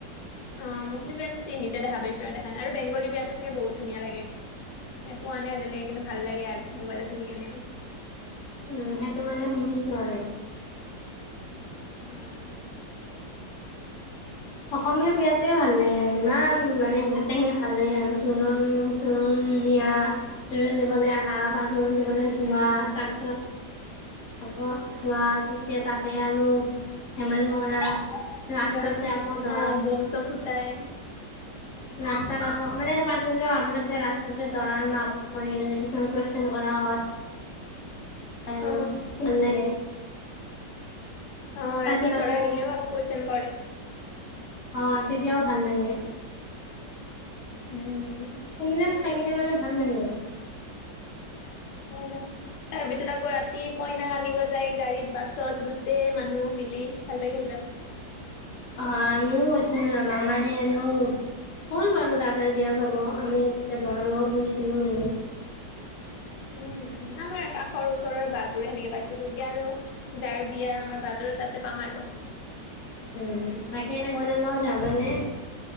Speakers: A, on the left; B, on the left.
A: অ মুছলিম বিয়াতটো টিভিতে দেখা পাইছো। আৰু দেখা নাই। আৰু বেংগলী বিয়াটো চাগে বহুত ধুনীয়া লাগে। নাই। পোৱা নাই আজিলৈকে। কিন্তু ভাল লাগে আৰু। মোবাইলত দেখি কেনে
B: উম। সেইটো মানে শুনিছো আৰু। এ
A: অহ।
B: অসমীয়া বিয়াত টে ভাল লাগে আৰু। ইমান মানে গোটেইখিনি ভাল লাগে আৰু। জোৰণ- জোৰণ বিয়া। জোৰণ দিবলৈ আহা। বা জোৰণ দিবলৈ যোৱা। তাৰপিছত আকৌ খোৱা। তেতিয়া তাতে আৰু ধেমালি কৰা। ৰাস্তাত
A: গান।
B: যে আকৌ দৰা
A: অ বম-চম ফুতাই।
B: ৰাস্তাত। আকৌ মানে পানী তল অহাৰ পিছত যে ৰাস্তা তাতে দৰাৰ মাকক এনে যে কিছুমান কয়েচছন কৰা হয়। <unintelligible>
A: অ
B: ভাল লাগে।
A: অ
B: তাৰছত
A: ৰাতি
B: আকৌ
A: দৰা আহিলেও আকৌ কুৱেশন কৰে।
B: অহ। তেতিয়াও ভাল লাগে।
A: উম
B: সেইবিলাক
A: সেইটো
B: চাই কিনে মানে ভাল লাগে।
A: হয়, নহ। তাৰ পিছত আকৌ ৰাতি কইনাক আনিব যায়। গাড়ীত, বাছত। গোটেই মানুহ ভাল লাগে। এইবিলাক
B: অহ। হ। আমিও কৈছো না। নামানে আৰু হ'ল বাৰু। দাদাৰ বিয়া যাব। আমি তেতিয়া দৰা লগত গৈছিলো বাৰু
A: উম। উম,। আমাৰ কাষৰ ওচৰৰ বাট তোৰ হেনেকে পাইছিলো। এতিয়া আৰু, যাৰ বিয়া আমাৰ বাহতৰ তেনেকে পাম আৰু
B: উম, বাকী এনে কইনাৰ লগত যাবানে?